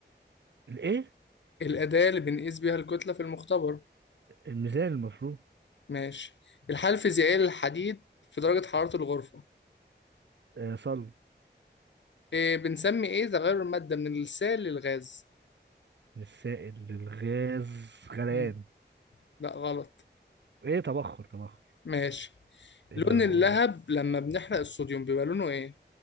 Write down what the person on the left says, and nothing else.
الأداة اللي بنقيس بيها الكتلة في المختبر
ماشي الحالة الفيزيائية للحديد في درجة حرارة الغرفة
إيه بنسمي إيه تغير المادة من السائل للغاز
مم. لا غلط
ماشي
لون
اللهب
لما بنحرق الصوديوم بيبقى لونه إيه